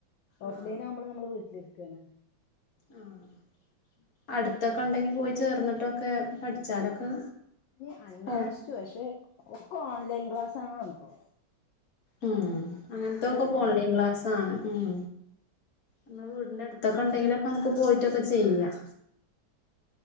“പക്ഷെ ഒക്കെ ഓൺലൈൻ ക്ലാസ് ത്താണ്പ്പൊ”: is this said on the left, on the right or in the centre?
Left